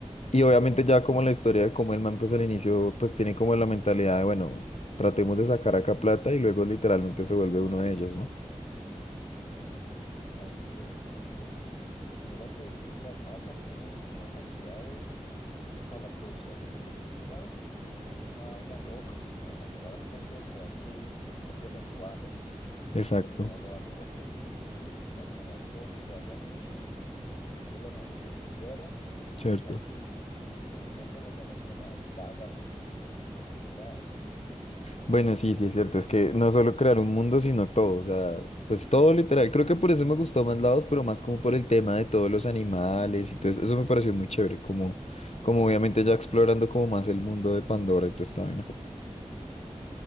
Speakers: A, on the left (about 60°); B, on the left (about 40°).
A: Y obviamente ya como la historia de cómo el man pues al inicio pues tiene como la mentalidad de, bueno, tratemos de sacar acá plata y luego literalmente se vuelve uno de ellos, ¿no?
B: Así es, así es. Y mira que, o sea, Avatar tiene una cantidad de O sea, la producción de esa película es una vaina loca. O sea, a llegar al punto de crear tu, tu propio lenguaje,
A: Exacto,
B: no lo hace cualquier película. O sea, conozco que lo hayan hecho, en El Señor de los Anillos lo hicieron,
A: cierto.
B: y aquí realmente no conozco más sagas o películas que lo hayan logrado.
A: Bueno, sí, sí, es cierto, es que no solo crear un mundo, sino todo, o sea, pues todo literal. Creo que por eso me gustó más lados, pero más como por el tema de todos los animales y todo eso. Eso me pareció muy chévere, como, como obviamente ya explorando como más el mundo de Pandora y toda esta vaina.